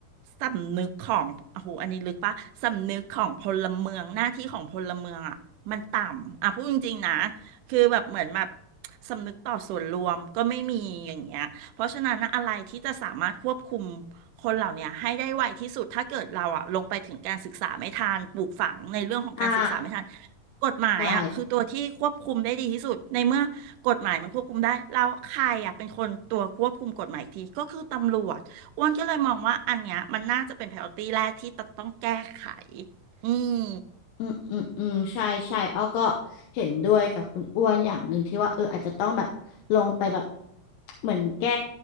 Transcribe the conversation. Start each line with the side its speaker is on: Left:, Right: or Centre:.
Right: สำนึกของโอ้โหอันนี้ลึกปะสำนึกของพลเมืองหน้าที่ของพลเมืองอ่ะมันต่ำอ่ะพูดจริงๆนะคือแบบเหมือนแบบสำนึกต่อส่วนรวมก็ไม่มีอย่างเงี้ยเพราะฉะนั้นนะอะไรที่จะสามารถควบคุม คนเหล่าเนี้ยให้ได้ไวที่สุดถ้าเกิดเราอะลงไปถึงการศึกษาไม่ทันปลูกฝังในเรื่องของการศึกษาไม่ทัน
Left: อ่า
Right: กฎหมายอะคือตัวที่ควบคุมได้ดีที่สุดในเมื่อกฎหมายมันควบคุมได้แล้วใครอะเป็นคนตัวควบคุมกฎหมายอีกทีก็คือตำรวจอ้วนก็เลยมองว่าอันเนี้ยมันน่าจะเป็น
Left: ใช่
Right: priority แรกที่ต้องแก้ไขอืม
Left: อืมอืมอืมใช่ใช่อ้อก็เห็นด้วยกับคุณอ้วนอย่างหนึ่งที่ว่าเอออาจจะต้องแบบลงไปแบบเหมือนแก้